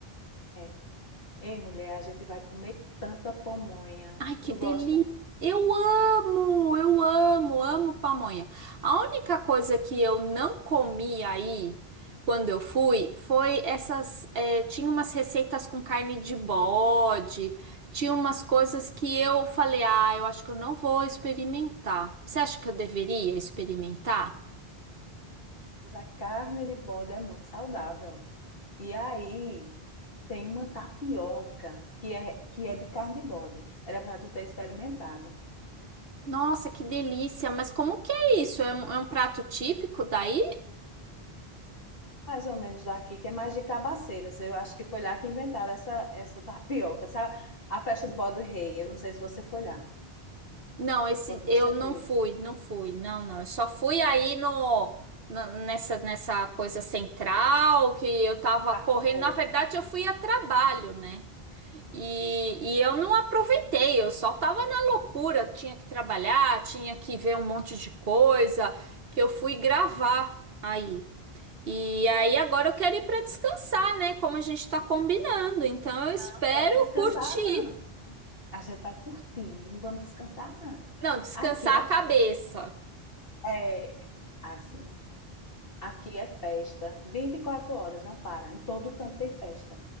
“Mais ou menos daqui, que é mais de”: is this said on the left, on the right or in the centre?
Left